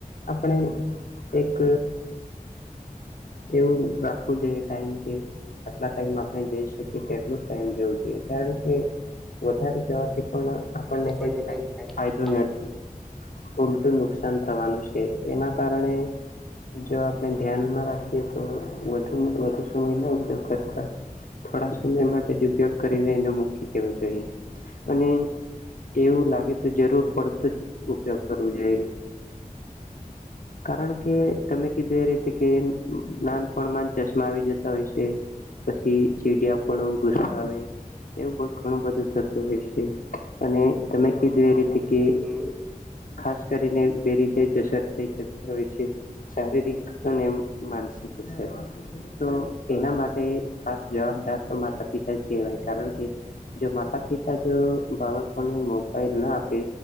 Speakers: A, on the left (about 65°); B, in the centre.
A: આપણે એક એવું રાખવું જોઈએ ટાઈમ કે આટલા ટાઈમ આપણે જઈ શકીએ તેટલુ જ ટાઈમ જવું જોઈએ કારણ કે વધારે જવાથી આપણને
B: હોય
A: કાય
B: છે આપણને
A: ફાયદો
B: કઈ
A: નથી ઉલટું નુક સાન થવાનું છે એના કારણે જો ધ્યાનમાં રાખીએ તો વધુ વધુ સમય ન ઉપયોગ કરતા થોડા સમય માટે જ ઉપયોગ કરીને એને મૂકી દેવું જોઈએ અને એવું લાગે તો જરૂર પડતો જ ઉપયોગ કરવો જોઈએ. કારણ કે તમે કીધું એ રીતે કે નાનપણમાં જ ચશ્મા આવી જતા હોય છે. પછી ચીડિયા પનું ગુસ્સા આવે એવું ઘણું બધું થતું હોય છે અને તમે કીધું એ રીતે કે
B: એ
A: ખાસ કરીને બે રીતે જશે હોય છે શારીરિક અને માનસિક અસર તો એના માટે ખાસ જવાબદાર તો માતા પિતા જ કહેવાય કારણ કે જો માતા પિતા જો બાળકોને મોબાઈલ ન આપે